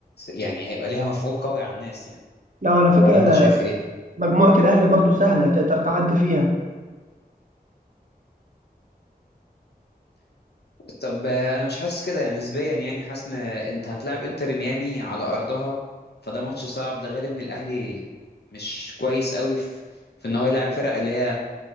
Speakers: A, on the left (about 85°); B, on the right (about 55°).
A: يعني هيبقى ليها مفعول قوي على الناس يعني
B: لو على فكرة
A: ولا انت شايف ايه
B: مجموعة الأهلي برضو سهلة تقدر تعدي فيها
A: طب آه، انا مش حاسس كده يعني نسبيا يعني حاسس ان انت هتلعب انتر ميامي على ارضها فده ماتش صعب ده غير ان الاهلي مش كويس قوي في في ان هو يلعب فرق اللي هي